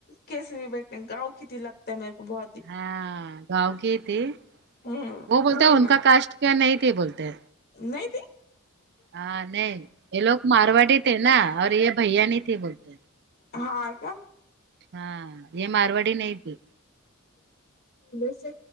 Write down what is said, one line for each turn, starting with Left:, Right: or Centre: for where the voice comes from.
Left: کیسے بھی بیٹھنے گاؤں کی تھی لگتا ہے میرے کو بہت ہی
Right: ہاں گاؤں کی تھے
Left: ہوں
Right: وہ بولتے
Left: وہی
Right: ان
Left: نا
Right: کا کاسٹ کا نہیں تھے بولتے
Left: نہیں تھی
Right: ہاں نہیں یہ لوگ مارواڑی تھے نا اور یہ بھیا نہیں تھے بولتے
Left: ہاں کیا
Right: ہاں یہ مارواڑی نہیں تھی
Left: ویسے